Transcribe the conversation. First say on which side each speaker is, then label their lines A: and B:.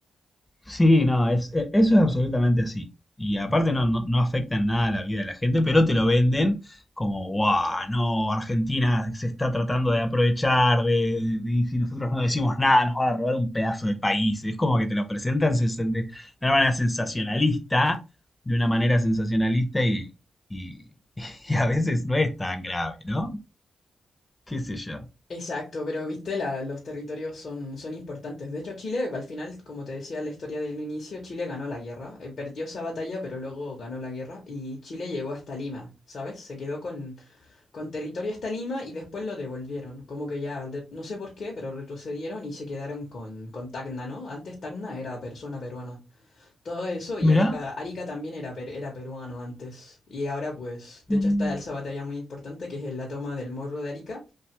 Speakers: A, on the left (about 15°); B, on the left (about 60°).
A: Sí, no, es, e- eso es absolutamente así. Y aparte no, no, no afecta en nada la vida de la gente, pero te lo venden como, guau, no, Argentina se está tratando de aprovechar, de, de- y si nosotros no decimos nada, nos van a robar un pedazo de país. Es como que te lo presentan sens- de una manera sensacionalista, de una manera sensacionalista y, y, <laughs> y a veces no es tan grave, ¿no? ¿Qué sé yo?
B: Exacto, pero viste, la- los territorios son, son importantes. De hecho, Chile, al final, como te decía la historia del inicio, Chile ganó la guerra. Eh, perdió esa batalla, pero luego ganó la guerra y Chile llegó hasta Lima, ¿sabes? Se quedó con, con territorio hasta Lima y después lo devolvieron. Como que ya, de- no sé por qué, pero retrocedieron y se quedaron con, con Tacna, ¿no? Antes Tacna era persona peruana. Todo eso y
A: Mirá,
B: Arica, Arica también era, per- era peruano antes. Y ahora pues, de
A: Mm.
B: hecho está esa batalla muy importante que es la toma del Morro de Arica